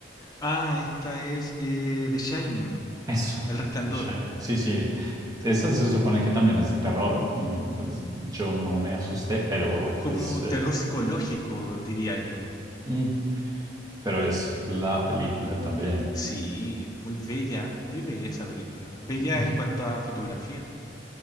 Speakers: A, on the left; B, on the right.
A: Ah, esta es eh, The Shining,
B: Eso,
A: El Resplandor.
B: The Shining. Sí, sí. Esa se supone que también es de terror. No, pues yo no me asusté, pero
A: Como
B: pues es-
A: terror psicológico, diría yo.
B: mm, pero es la película también.
A: Sí, muy bella, muy bella esa película. Bella
B: Y-
A: en cuanto a fotografía.